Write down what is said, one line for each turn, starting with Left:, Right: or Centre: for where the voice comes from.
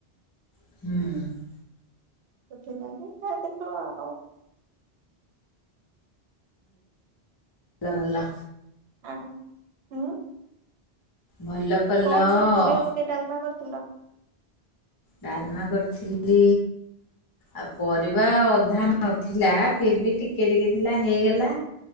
Left: ହୁଁ।
Right: ସେଥିନାଗି ଖାଇ ଦେଲୁ ନା ଆଉ।
Left: ଲ ଗଲ।
Right: ଅହ ଉଁ?
Left: ଭଲ କଲ।
Right: କଣ ସବୁ ପରିବା ପକେଇ ଡାଲମା କରିଥିଲ?
Left: ଡାଲମା କରିଥିଲି ଆ ପରିବା ଅଧା ନଥିଲା ଫିର୍ ଭି ଟିକେ ଟିକେ ଥିଲା ହେଇଗଲା